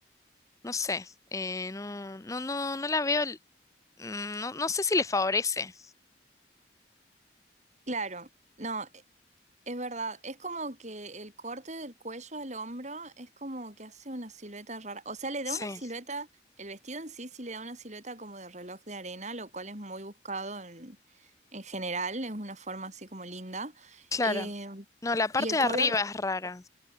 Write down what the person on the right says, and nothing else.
Claro, no, Es verdad, es como que el corte del cuello al hombro es como que hace una silueta rara. O sea, le
da una silueta, el vestido en sí sí le da una silueta como de reloj de arena, lo cual es muy buscado en, en general, es una forma así como linda.
Eh,
y el
color,